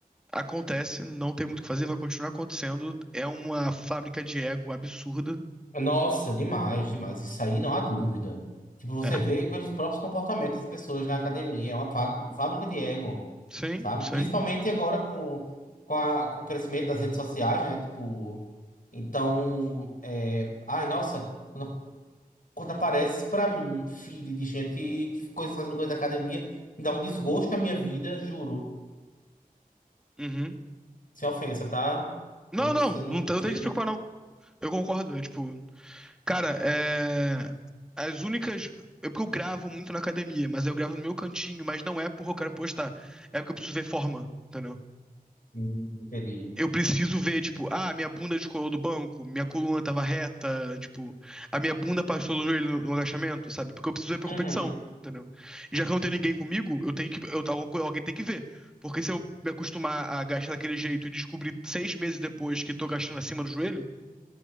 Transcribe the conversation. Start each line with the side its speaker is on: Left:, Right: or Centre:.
Centre: acontece, não tem muito o que fazer, vai continuar acontecendo. É uma fábrica de ego absurda.
Left: Nossa, demais, demais. Isso aí não há dúvida. Tipo, você
Centre: É,
Left: vê pelos próprios comportamentos das pessoas na academia. É uma fá- fábrica de ego,
Centre: sim,
Left: sabe?
Centre: sim.
Left: Principalmente agora com, com, a- com o crescimento das redes sociais, né? Tipo, então, é... Ai, nossa, quando, quando aparece pra mim feed de gente que coisa, fazendo coisa da academia, me dá um desgosto na minha vida, juro.
Centre: Uhum.
Left: Sem ofensa, tá?
Centre: Não,
Left: Talvez
Centre: não,
Left: você
Centre: não,
Left: não
Centre: tem- não
Left: seja...
Centre: tem que se preocupar, não. Eu concordo. É tipo, cara, é. As únicas. Eu porque eu gravo muito na academia, mas eu gravo no meu cantinho, mas não é porque eu quero postar. É porque eu preciso ver forma, entendeu?
Left: Hum, Entendi.
Centre: Eu preciso ver, tipo, ah, minha bunda descolou do banco, minha coluna tava reta, tipo, a minha bunda passou do joelho no, no agachamento, sabe? Porque eu preciso ver pra
Left: Uhum.
Centre: competição, entendeu? E já que não tem ninguém comigo, eu tenho que, eu, algu- alguém tem que ver. Porque se eu me acostumar a gastar daquele jeito e descobrir seis meses depois que tô gastando acima do joelho,